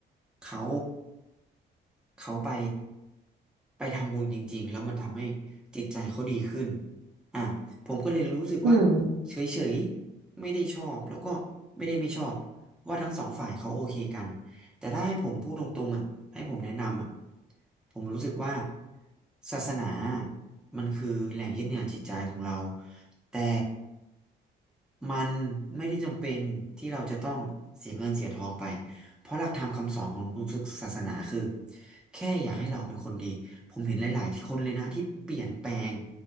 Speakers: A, in the centre; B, on the right.
A: เขาเขาไปไปทำบุญจริงๆแล้วมันทำให้จิตใจเขาดีขึ้นอ่ะผมก็เลยรู้สึกว่า
B: อืม
A: เฉยๆไม่ได้ชอบแล้วก็ไม่ได้ไม่ชอบเพราะว่าทั้งสองฝ่ายเขาโอเคกัน แต่ถ้าให้ผมพูดตรงๆอ่ะให้ผมแนะนำอ่ะผมรู้สึกว่าศาสนา มันคือแหล่งยึดเหนี่ยวจิตใจของเราแต่มันไม่ได้จำเป็นที่เราจะต้องเสียเงินเสียทองไปเพราะหลักธรรมคำสอนของทุกศาสนาคือแค่อยากให้เราเป็นคนดี ผมเห็นหลายๆที่คนเลยนะที่เปลี่ยนแปลง